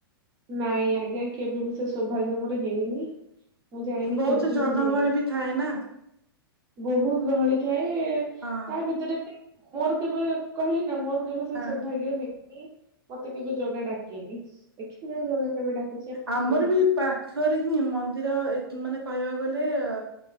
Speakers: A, on the right; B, on the right.
A: ନାଇଁ ଆଜ୍ଞା କେବେ ବି ସେ ସୌଭାଗ୍ୟ ମୋର ହେଇନି। ମୁଁ ଯାଇନି
B: ବହୁତ
A: କେବେ
B: ଜନଗହଳି
A: ବି ଯାଇନି।
B: ଥାଏ ନା।
A: ବହୁତ ଗହଳି ଥାଏ ବେ
B: ହଁ
A: ତା ଭିତରେ ବି ମୋର କେବେ କହିଲି ନା ମୋର କେବେ ସେ
B: ହଁ
A: ସୌଭାଗ୍ୟ ହେଇନି। ମତେ କେବେ ଜଗା ଡାକିନି। ଦେଖିବା ଜଗା କେବେ ଡାକୁଛି ଆମେ
B: ଆମର
A: କେବେ ଯିବୁ
B: ବି ପାଖରେ ହିଁ ମନ୍ଦିର ଏ କି ମାନେ କହିବାକୁ ଗଲେ ଅ